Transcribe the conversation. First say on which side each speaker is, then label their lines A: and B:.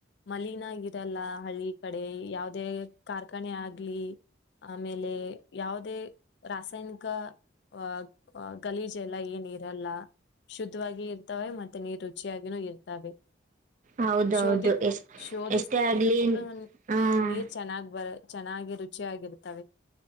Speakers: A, on the left; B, on the right.
A: ಮಲೀನಗ ಇರಲ್ಲ ಹಳ್ಳಿ ಕಡೆ ಯಾವುದೇ ಕಾರ್ಖಾನೆ ಆಗ್ಲಿ ಆಮೇಲೆ ಯಾವುದೇ ರಾಸಾಯನಿಕ ಅಹ ಗಲೀಜ್ ಎಲ್ಲ ಏ ನೀರಲ್ಲ ಶುದ್ಧವಾಗಿ ಇರ್ತವೆೆ ಮತ್ತೆ ನೀರ್ ರುಚಿಯಾಗಿನೂ ಇರ್ತವೆ
B: ಹೌದೌದು
A: ಶೋಧಿ
B: ಎಷ್ಟ
A: ಶೋಧಿಸದೇ
B: ಎಷ್ಟೇ ಆಗ್ಲಿ
A: ಇದ್ರು ಕೂಡ
B: ಹ್ಮ್
A: ನೀರ್ ಚೆನ್ನಾಗ್ ಬರ ಚೆನ್ನಾಗಿ ರುಚಿಯಾಗಿರ್ತವೆ